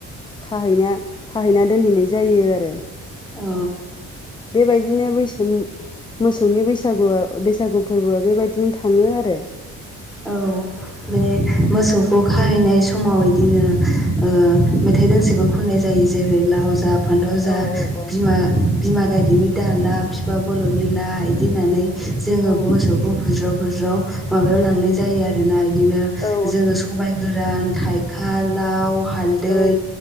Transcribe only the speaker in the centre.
अ
औ बे मोसौखौ खाहैनाय समाव इदिनो ओ मेथाइ दोंसेबो खननाय जायो। जेरै लाउ जा फान्थाव जा
बिमा बिमा गायदेरनि दाला बिफा बल'नि ला बिदि होननानै जोङो
मोसौखौ बुज्राव बुज्राव माबायाव लांनाय जायो आरोना। बिदिनो
जोङो सबाय गोरान थाइखा लाव हालदै